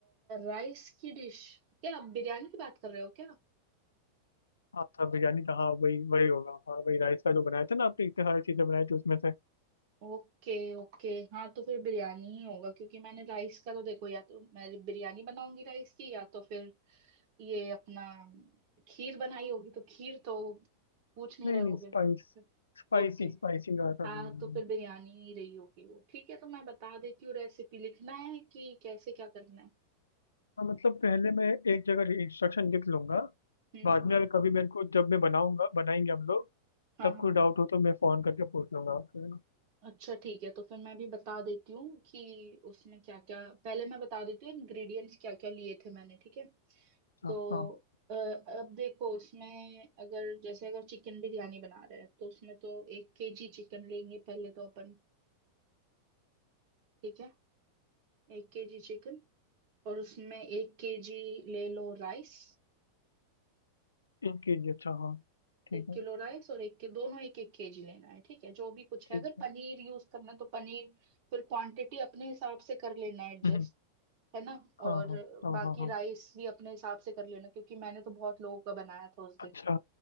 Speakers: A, on the right; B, on the left.
A: राइस की डिश क्या आप बिरयानी की बात कर रहे हो क्या
B: हाँ था बिरयानी था हाँ वही वही होगा हाँ वही राइस का जो बनाया था ना आपने इतने सारी चीजें बनाई थी उसमें से
A: ओके ओके हाँ तो फिर बिरयानी ही होगा क्योंकि मैंने राइस का तो देखो या तो मैं बिरयानी बनाऊंगी राइस की या तो फिर ये अपना खीर बनाई होगी तो खीर तो पूछ नहीं
B: नहीं
A: रहे
B: नहीं
A: होगे
B: स्पाइस स्पाइसी
A: ओके
B: स्पाइसी का था
A: हाँ
B: वो वाला।
A: तो फिर बिरयानी ही रही होगी वो ठीक है तो मैं बता देती हूँ रेसिपी लिखना है कि कैसे क्या करना है
B: हाँ मतलब पहले मैं एक जगह इंस्ट्रक्शन लिख लूंगा
A: हम्म
B: बाद
A: हम्म
B: में
A: हम्म
B: अगर कभी मेरे को जब मैं बनाऊंगा बनाएंगे हम लोग
A: हाँ
B: तब
A: हाँ
B: कोई
A: हाँ
B: डाउट हो तो मैं फोन करके पूछ लूंगा आपसे है ना
A: अच्छा ठीक है तो फिर मैं भी बता देती हूँ कि उसमें क्या क्या पहले मैं बता देती हूँ इंग्रेडिएंट्स क्या क्या लिए थे मैंने ठीक है
B: अच्छा
A: तो
B: हाँ
A: अ, अब देखो उसमें अगर जैसे अगर चिकन बिरयानी बना रहे हैं तो उसमें तो एक केजी चिकन लेंगे पहले तो अपन ठीक है एक केजी चिकन और उसमें एक केजी ले लो राइस
B: एक के जी अच्छा हाँ ठीक
A: एक
B: है
A: किलो राइस और एक के दोनों एक एक केजी लेना है ठीक है जो भी कुछ
B: ठीक
A: है अगर
B: है
A: पनीर यूज करना है तो पनीर फिर क्वांटिटी अपने हिसाब से कर लेना है एडजस्ट
B: हम्म,
A: है ना
B: हाँ
A: और
B: हाँ हाँ
A: बाकी
B: हाँ हाँ
A: राइस भी अपने हिसाब से कर लेना क्योंकि मैंने तो बहुत लोगों का बनाया था उस दिन
B: अच्छा